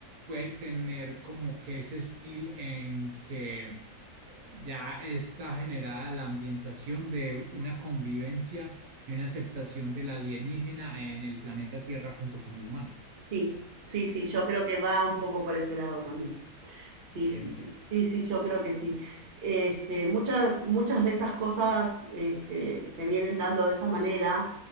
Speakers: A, on the right; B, on the right.
A: puede tener como que ese estilo en que ya está generada la ambientación de una convivencia y una aceptación del alienígena en el planeta Tierra junto con el humano.
B: Sí, sí, sí, yo creo que va un poco por ese lado también. Sí,
A: Excelente.
B: sí, sí, sí, sí, yo creo que sí. Este, muchas, muchas de esas cosas, este, se vienen dando de esa manera.